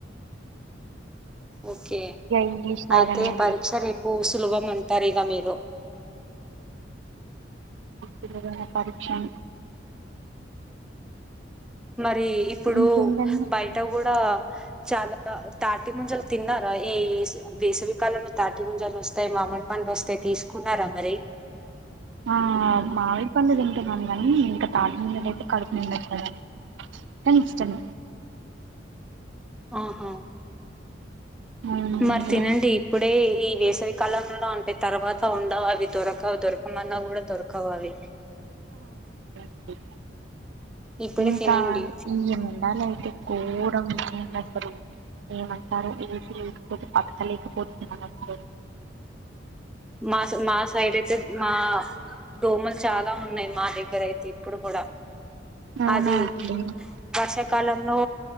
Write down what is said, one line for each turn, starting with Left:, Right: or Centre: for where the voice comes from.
Centre: ఓకే
Right: ఇంగ్లీష్ లాగానే
Centre: అయితే
Right: అండి
Centre: పరీక్ష రేపు సులభం అంటారు ఇగ మీరు
Right: చిదైన పరీక్షన్
Centre: మరి ఇప్పుడు
Right: ఇంకేంటండి
Centre: బయట గుడా చాలా తాటి ముంజలు తిన్నరా ఈ వేసవికాలంలో తాటి ముంజాలు వస్తాయి మామిడి పండ్లు వస్తాయి తీసుకున్నారా మరి
Right: ఆ మామి పండు తింటున్నాను కానీ ఇంకా తాటి ముంజలు అయితే కడుపు నిండా తినలేం కానీ ఇష్టమే
Centre: ఆహా
Right: అవునండి
Centre: మరి తినండి ఇప్పుడే ఈ వేసవికాలంలోనే ఉంటాయి తర్వాత ఉండవు. అవి దొరకవు దొరకమన్న గుడా దొరకవు అవి
Right: <inaudible>
Centre: ఇప్పుడే
Right: ఇంకా
Centre: తినండి
Right: ఈ ముండాల అయితే ఘోరం ఏం చేస్తారో ఏమంటారో ఏనర్జీ లేకపోతే బ తకలేకపోతున్నాను అసలు
Centre: మా మా సైడ్ అయితే మా దోమలు చాలా ఉన్నాయి మా దగ్గర అయితే ఇప్పుడు కూడా
Right: అవునా
Centre: అది
Right: అండి
Centre: వర్షాకాల లో